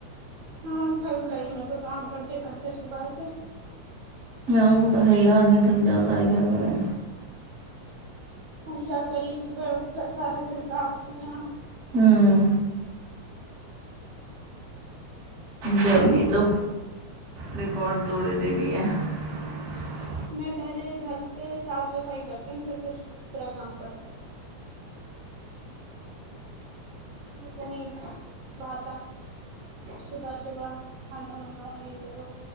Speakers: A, on the right; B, on the right.
A: हँ थक गई मै तो काम करते करते सुबह से
B: ह ओ तऽ है ही आदमी थक जाता है क्या करे
A: पूजा करी सुबह उठ कर सारा घर साफ किया
B: ह्म गर्मी तो रिकॉर्ड
A: हम्म,
B: तोड़े दे री है <unintelligible>
A: में पहिले घरके साफ सफाई करती हू फिर कछ दूसरा काम करती हूँ मे को न बात सुबह सुबह खाना बनाओ ये करो